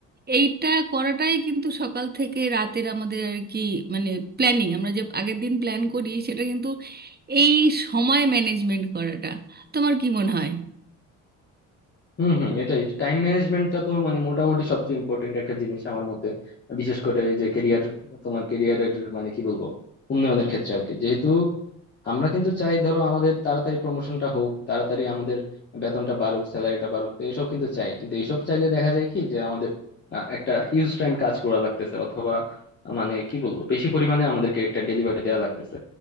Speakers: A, on the right (about 25°); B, on the left (about 30°).
A: এইটা করাটাই কিন্তু সকাল থেকে রাতের আমাদের আর কি মানে প্ল্যানিং আমরা যে আগের দিন প্ল্যান করি সেটা কিন্তু এই সময় ম্যানেজমেন্ট করাটা তোমার কি মনে হয়
B: হম হম এটাই টাইম ম্যানেজমেন্টটা তো মানে মোটামুটি সবচেয়ে ইম্পর্টেন্ট একটা জিনিস আমার মতে বিশেষ করে এই যে কেরিয়ার তোমার কেরিয়ারের মানে কি বলবো উন্নয়নের ক্ষেত্রে আর কি যেহেতু আমরা কিন্তু চাই ধরো আমাদের তাড়াতাড়ি প্রমোশনটা হোক তাড়াতাড়ি আমাদের বেতনটা বাড়ুক স্যালারিটা বাড়ুক তো এইসব কিন্তু চাই কিন্তু এইসব চাইলে দেখা যায় কি যে আমাদের আহ, একটা হিউজ টাইম কাজ করা লাগতেছে অথবা আহ, মানে কি বলবো বেশি পরিমাণে আমাদেরকে একটা ডেলিভারি দেওয়া লাগতেছে